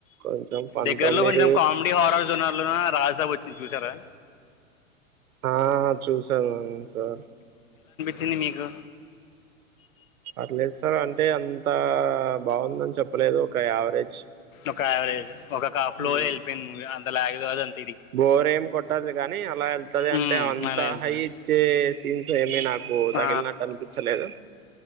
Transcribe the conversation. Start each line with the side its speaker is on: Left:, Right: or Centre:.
Right: కొంచెం ఫన్
Left: దగ్గర్లో
Right: తో మీరు
Left: కొంచం కామెడీ హారర్ జోనర్ లోనా రాజసాబ్ వచ్చింది చూసారా
Right: ఆ చూసాను సార్
Left: చింది మీకు
Right: పర్లేద్ సార్ అంటే అంత బాగుందని చెప్పలేదు ఒక యావరేజ్
Left: ఒక యావరేజ్ ఒకక ఫ్లో
Right: మ్మ్.
Left: ఏళ్ళిపోయింది అంత లాగే వదన్
Right: బోర్ ఏం కొట్టది కానీ అలా ఎల్త్ వస్తుంది అంటే
Left: మ్మ్,
Right: అంత
Left: అలా వెళ్తుంది
Right: హై ఇచ్చే సీన్స్ ఏమి నాకు
Left: ఆ,
Right: తగిలినట్టు అనిపించలేదు